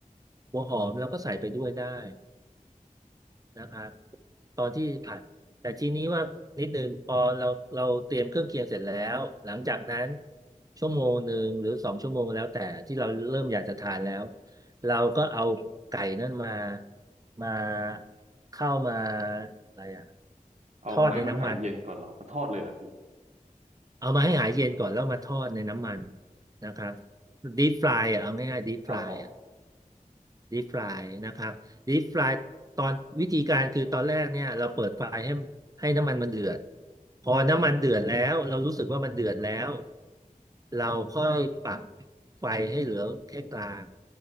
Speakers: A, on the right; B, on the right.
A: หัวหอมเราก็ใส่ไปด้วยได้ นะครับตอนที่ผัดแต่ทีนี้ว่านิดนึงพอเราเราเตรียมเครื่องเคียงเสร็จแล้วหลังจากนั้นชั่วโมงหนึ่งหรือสองชั่วโมงแล้วแต่ที่เราเริ่มอยากจะทานแล้วเราก็เอาไก่นั่นมามาเข้ามาอะไรอะ
B: เอาออกมาให้มันหายเย็นก่อนเหรอเอาทอดเลยเหรอพี่
A: ทอดในน้ำมันเอามาให้หายเย็นก่อนแล้วมาทอดในน้ำมันนะครับด e ฟ p ายอ่ะเอาง่ายๆ deep f
B: ครับผม
A: r อ่ะ deep fry นะครับ deep fry ตอนวิธีการคือตอนแรกเนี่ยเราเปิดไฟให้ให้น้ำมันมันเดือดพอน้ำมันเดือดแล้วเรารู้สึกว่ามันเดือดแล้วเราค่อยปรับไฟให้เหลือแค่กลาง